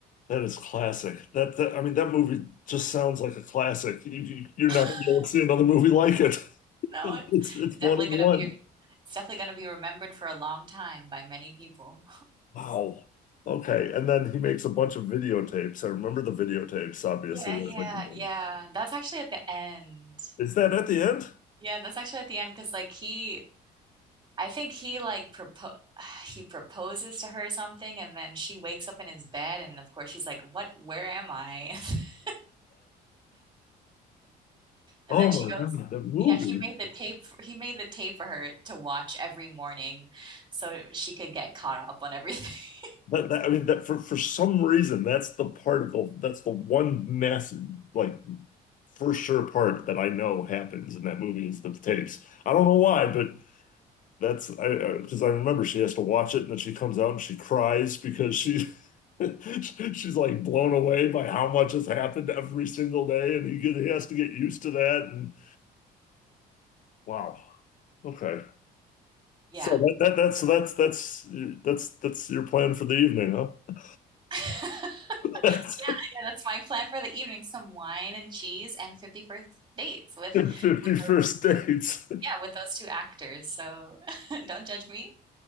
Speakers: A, on the left; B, on the right.
A: that is classic. That, that I mean, that movie just sounds like a classic. You, you, you're
B: <laughs>
A: not going to see another movie like it. <laughs>
B: no
A: It's
B: it's
A: it's
B: definitely
A: one of
B: gonna
A: one.
B: be it's definitely gonna be remembered for a long time by many people
A: Wow. Okay, and then he makes a bunch of videotapes. I remember the videotapes, obviously.
B: yeah yeah
A: That's like the thing.
B: yeah that's actually at the end
A: Is that at the end?
B: Yeah, that's actually at the end because like he I think he like propo <sighs> he proposes to her something and then she wakes up in his bed and of course she's like, "What? Where am I?" <laughs>
A: Oh
B: And then she
A: my
B: goes,
A: God, that movie.
B: "Yeah, he made the tape f- he made the tape for her to watch every morning so she could get caught up on everything." <laughs>
A: That, that I mean that for for some reason that's the part of the that's the one massive like for sure part that I know happens in that movie is the tapes. I don't know why, but that's I because I, 'cause I remember she has to watch it and then she comes out and she cries because she <laughs> she's like blown away by how much has happened every single day and he get, he has to get used to that and wow. Okay.
B: Yeah.
A: So that, that that's so that's that's that's that's your plan for the evening, huh?
B: <laughs>
A: <laughs> That's
B: Yeah, that's my plan for the evening, some wine and cheese and 51st dates with
A: 50
B: with
A: first
B: those
A: dates.
B: yeah, with those two actors. So <laughs> don't judge me.